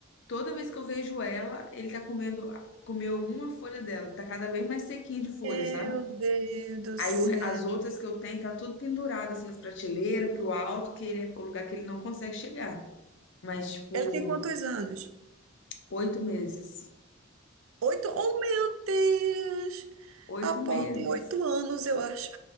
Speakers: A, on the left (about 60°); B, on the right (about 80°).
A: Toda vez que eu vejo ela, ele tá comendo, comeu alguma folha dela. Tá cada vez mais sequinha de folha,
B: Meu
A: sabe?
B: Deus do céu.
A: Aí o- as outras que eu tenho tá tudo pendurado, assim, nas prateleiras, pro alto, que ele, é o lugar que ele não consegue chegar. Mas, tipo,
B: Ele tem quantos anos?
A: Oito meses.
B: Oito? Oh, meu Deus!
A: Oito
B: A Paul
A: meses.
B: tem oito anos, eu acho.